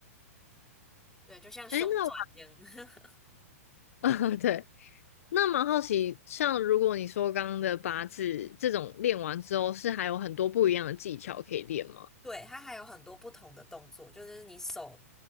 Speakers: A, in the centre; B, on the left.
A: <laughs> 对，就像胸转一样。
B: 哎，那我
A: <laughs>
B: <laughs> 对，那蛮好奇，像如果你说刚刚的八字这种练完之后，是还有很多不一样的技巧可以练吗？
A: 对，它还有很多不同的动作，就是你手，